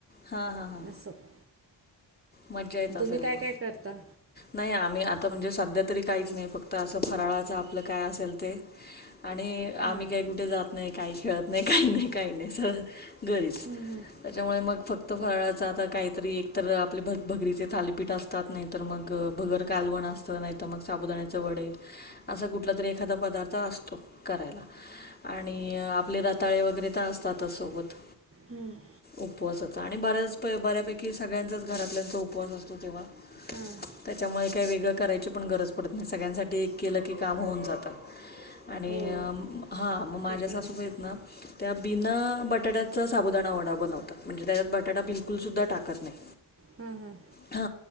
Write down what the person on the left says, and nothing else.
हा हा हा
मज्जा येत असेल
मग
नाही आम्ही आता म्हणजे सध्या तरी काहीच नाही फक्त असं फराळाचं आपलं काय असेल ते. आणि
आम्ही काय कुठे जात नाही काही खेळत नाही काही नाही काही नाही सगळ घरीचं.
त्याच्यामुळे मग फक्त फराळाच आता काहीतरी एकत आपले भग- भगरीचे थालीपीठ असतात नाही. नाही तर मग भगर कालवण असत नाही तर मग साबुदाण्याचे वडे. असा कुठला तरी एखादा पदार्थ असतो करायला. आणि आपले रताळे वगैरे तर असतातच सोबत.
उपवासाचा आणि बऱ्याच बऱ्यापैकी सगळ्यांचाच घरातल्याचा उपवास असतो तेव्हा.
त्याच्यामुळे काही वेगळं करायची पण गरज पडत नाही सगळ्यांसाठी एक केलं की काम होऊन जातं. आणि
हा मग माझ्या
सासू
बाई आहेत ना - त्या बिना बटाट्याचा साबुदाणावडा बनवतात म्हणजे त्याच्यात बटाटा बिलकुल सुुद्धा टाकत नाही.
हा